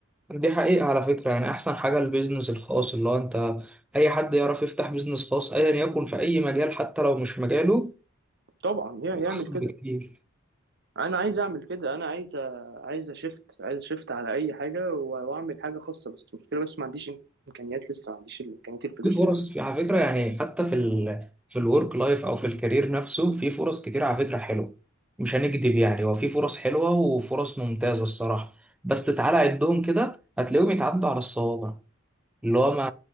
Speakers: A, in the centre; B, on the right (about 55°).
A: دي حقيقه على فكره يعني احسن حاجه البيزنس الخاص اللي هو انت اي حد يعرف يفتح بيزنس خاص ايا يكن في اي مجال حتى لو مش مجاله
B: طبعا هي يعمل
A: احسن
B: كده
A: بكتير
B: انا عايز اعمل كده انا عايز أ- عايز اشفت عايز اشفت على اي حاجة و- واعمل حاجة خاصة بس المشكلة بس ما عنديش امكانيات لسه ما عنديش امكانيات الفلوس
A: في فرص
B: لسه
A: في على فكرة يعني حتى في ال في الورك لايف أو في الكارير نفسه في فرص كتير على فكرة حلوة مش هنكدب يعني هو في فرص حلوة وفرص ممتازة الصراحة بس تعالى عدهم كده هتلاقيهم يتعدوا على الصوابع اللي هو ما